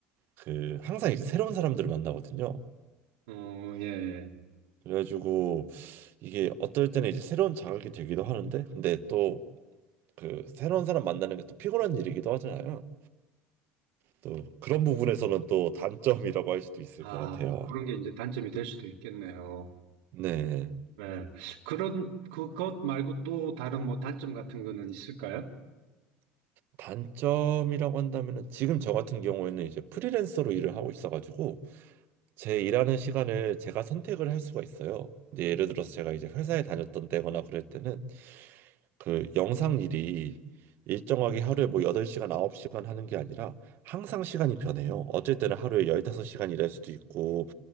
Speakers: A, on the right; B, on the right.
A: 그 항상 이제 새로운 사람들을 만나거든요.
B: 어, 예. 예.
A: 그래가지고 이게 어떨 때는 이제 새로운 자극이 되기도 하는데 근데 또 그 새로운 사람 만나는 게 또 피곤한 일이기도 하잖아요. 또 그런 부분에서는 또 단점이라고 할 수도 있을
B: 아,
A: 것 같아요.
B: 그런 게 이제 단점이 될 수도 있겠네요.
A: 네.
B: 네. 그런, 그것 말고 또 다른 뭐 단점 같은 거는 있을까요?
A: 단점이라고 한다면은 지금 저 같은 경우에는 이제 프리랜서로 일을 하고 있어가지고 제 일하는 시간을 제가 선택을 할 수가 있어요. 근데 예를 들어서 제가 이제 회사에 다녔던 때거나 그럴 때는 그 영상 일이 일정하게 하루에 뭐 8시간, 9시간 하는 게 아니라 항상 시간이 변해요. 어쩔 때는 하루에 15시간 일할 수도 있고